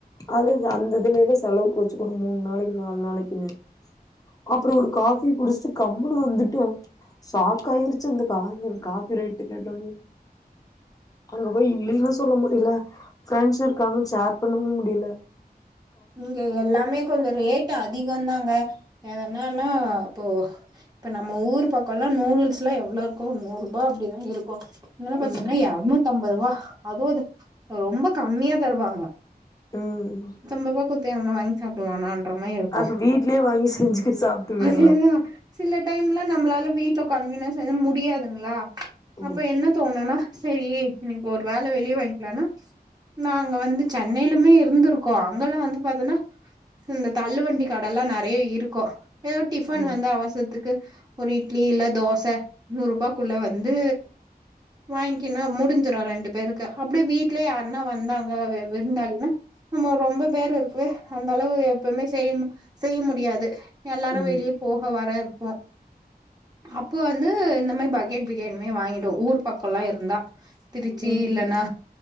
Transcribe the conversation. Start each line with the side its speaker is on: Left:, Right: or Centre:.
Left: அது அந்த இதுலதா செலவுக்கு வச்சுக்கணு மூண் நாளைக்கு நால் நாளைக்குனு அப்பறோ ஒரு காஃபி குடுஸ்ட்டு கம்முனு வந்துட்டோ சாக்காயிருச்சு அந்தக்க காஃபி காஃபி ரேட்டு கேட்டோனே அங்க போய் இல்லேன்னு சொல்ல முடில ஃப்ரெண்ட்ஸ் இருக்காங்கன்னு ஷேர் பண்ணவு முடில
Right: இங்க எல்லாமே கொஞ்சோ ரேட் அதிகோ தாங்க எதன்னா னா இப்போ இப்ப நம்ம ஊர் பக்கோலா நூடுல்ஸ்ல்லா எவ்ளோ இருக்கு நூர் ருபா அப்டிதா இருக்கு இங்கல்லா பாத்தீங்கன்னா
Left: ம்
Right: இரநூத்தம்பத் ருவா அதுவு அது ரொம்ப கம்மியா தருவாங்க
Left: ம்
Right: உங்களுக்கு தேவயான வாங்கி சாப்டுவானான் <unintelligible> இருக்கு
Left: அது வீட்லயே வாங்கி செஞ்சுக்க சாப்ட்டு போயிரலா
Right: அதேதா சில டைம்ல நம்மளால வீ ட்ல கன்வீனியன்ஸ் <unintelligible> முடியாதுங்ளா அப்ப
Left: ம்
Right: என்ன தோணுனா செரி இன்னக்கி ஒரு வேல வெளிய வாங்கிலானா நாங்க வந்து சென்னையிலுமே இருந்திருக் கோ அங்கல்லா வந்து பாத்தன்னா இந்த தள்ளு வண்டி கடல்லா நெறைய இருக்கு ஏதோ டிஃபன்
Left: ம்
Right: வந்த அவசரத்துக் கு ஒரு இட்லி இல்ல தோச நூறு ரூபாக்குள்ள வந்து வாங்கின்னா முடுஞ்சுரு ரெண்டு பேருக்கு அப்டியே வீட்லயே யாருன்னா வந்தாங்க வவ விருந்தாளின்னா நம்ம ரொம்ப பேரு இருக்கு அந்த அளவு எப்பமே செய்ய செய்ய முடியாது எல்லாரு
Left: ம்
Right: வெளிய போக வர போ அப்ப வந்து இந்த மாரி பக்கெட் பிரியாணியுமே வாங்கிடு ஊர் பக்கோல்லா இருந்தா திருச்சி
Left: ம்
Right: இல்லன்னா